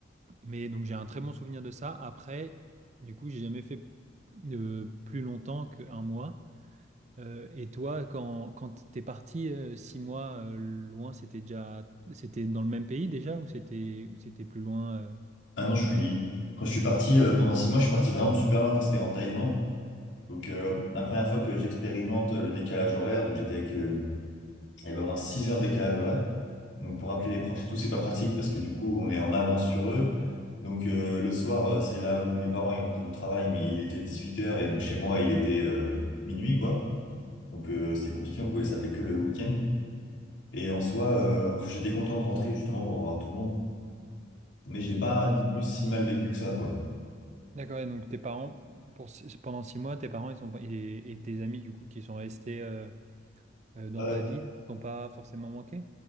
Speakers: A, on the right; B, on the left.
A: Mais donc j'ai un très bon souvenir de ça. Après, du coup, j'ai jamais fait euh, plus longtemps qu'un mois. Euh, et toi, quand, quand t'es parti euh, six mois euh, loin, c'était déjà, c'était dans le même pays déjà ou c'était, ou c'était plus loin euh
B: Ah non, je suis, quand je suis parti, euh, pendant six mois, je suis parti vraiment super loin, donc c'était en Thaïlande. Donc, euh, la première fois que j'expérimente euh, le décalage horaire, donc j'étais avec, euh, il y avait au moins 6 heures de décalage horaire. Donc, pour appeler les proches et tout, c'est pas pratique parce que du coup, on est en avance sur eux. Donc, euh, le soir, euh, c'est là où mes parents, ils rentraient du travail, mais il était 18 heures et donc chez moi, il était, euh, minuit, quoi. Donc euh, c'était compliqué, on pouvait s'appeler que le week-end. Et en soi, euh, j'étais content de rentrer justement pour revoir tout le monde. Mais je l'ai pas
A: D'accord.
B: non plus si mal vécu que ça, quoi.
A: D'accord, et donc tes parents, pour, six- pendant six mois, tes parents ils sont, pas- et, et tes amis du coup qui sont restés euh, euh, dans
B: Euh,
A: ta ville, t'ont pas forcément manqué?